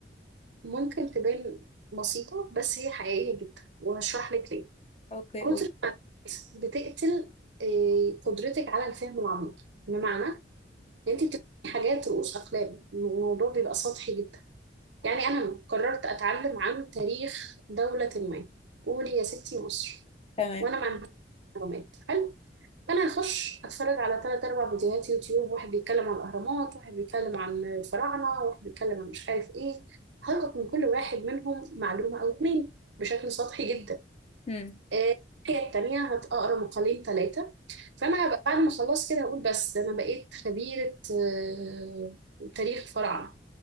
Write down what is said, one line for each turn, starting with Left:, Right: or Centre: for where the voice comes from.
Right: ممكن تبان بسيطة بس هي حقيقية جدا وهشرح لك ليه
Left: اوكي
Right: كتر
Left: قولي
Right: الناس بتقتل آه، قدرتك على الفهم العميق بمعنى ان انت بتفهمي حاجات رؤوس اقلام الموضوع بيبقى سطحي جدا يعني انا قررت اتعلم عن تاريخ دولة ما قولي يا ستي مصر
Left: تمام
Right: وانا ما عنديش معلومات فانا هخش اتفرج على تلات اربع فيديوهات يوتيوب واحد بيتكلم عن الاهرامات واحد بيتكلم عن الفراعنه واحد بيتكلم عن مش عارف ايه هلقط من كل واحد منهم معلومه او اتنين بشكل سطحي جدا
Left: امم
Right: آه، الناحيه التانيه هتقرا مقالين ثلاثه فانا هبقى بعد ما اخلص كده اقول بس ده انا بقيت خبيره آه، تاريخ فراعنه